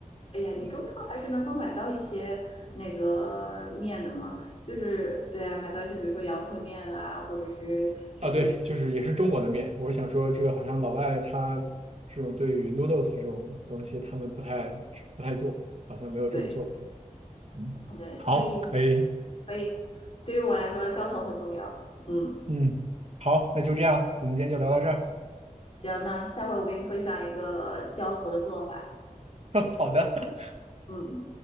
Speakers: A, on the left (about 50°); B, on the right (about 55°).
A: 哎呀，你中超还是能够买到一些那个面的嘛，
B: 嗯
A: 就是对啊，买到一些比如说阳春面啊，或者是是
B: 啊，对，就是也是中国的面。我想说，这个好像老外他这种对于 noodles 这种东西，他们不太不太做，好像没有这种做法。
A: 对
B: 嗯，
A: 对，
B: 好，
A: 所以
B: 可以，
A: 可以，对于我来说，浇头很重要。嗯，
B: 嗯，好，那就这样，我们今天就聊到这儿。
A: 行，那下回我给你分享一个浇头的做法。
B: <laughs> 好的，
A: 嗯。